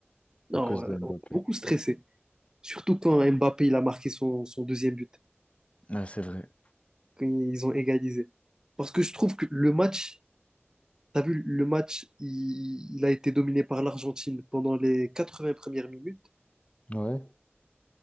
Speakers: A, on the right; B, on the left.
A: Non,
B: à cause
A: euh,
B: de Mbappé.
A: on a beaucoup stressé. Surtout quand Mbappé il a marqué son, son deuxième but,
B: Ah, c'est vrai.
A: quand ils ont égalisé. Parce que je trouve que le match, t'as vu, le match, il, il a été dominé par l'Argentine pendant les 80 premières minutes.
B: Ouais.